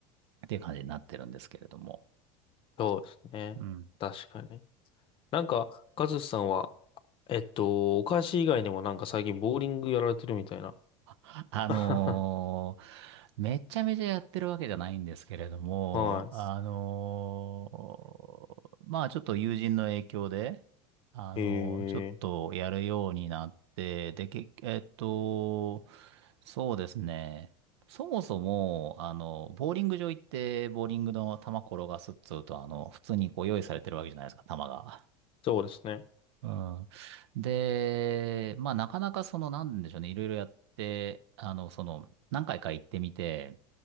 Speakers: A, on the right; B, on the left.
A: っていう感じになってるんですけれども。
B: そうですね。
A: うん
B: 確かに。なんか、カズさんは、えっと、お菓子以外にもなんか最近ボーリングやられてるみたいな。
A: あのーめちゃめちゃやってるわけじゃないんですけれども、
B: <laughs> は
A: あのーまあちょっと友人の影響で、あのーちょっとやるようになって、
B: い。ええ、
A: で、け、えっと、そうですね。そもそも、あの、ボーリング場行って、ボーリングの球転がすっつうと、あの、普通にこう用意されてるわけじゃないですか、球が。
B: そうですね。
A: うん。で、まあなかなかその、なんでしょうね、いろいろやって、あの、その、何回か行ってみて、